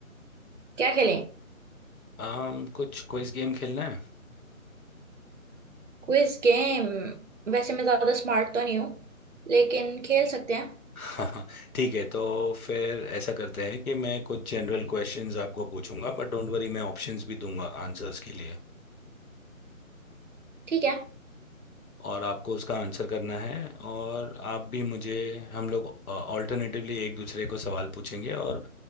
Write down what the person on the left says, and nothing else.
आम कुछ क्विज गेम खेलना है
<laughs> हाँ ठीक है तो फिर ऐसा करते हैं कि मैं कुछ जनरल क्वेश्चंस आपको पूछूंगा बट डोंट वरी मैं ऑप्शंस भी दूंगा आंसर्स के लिए
और आपको उसका आंसर करना है और आप भी मुझे हम लोग ऑल्टरनेटिवली एक दूसरे को सवाल पूछेंगे और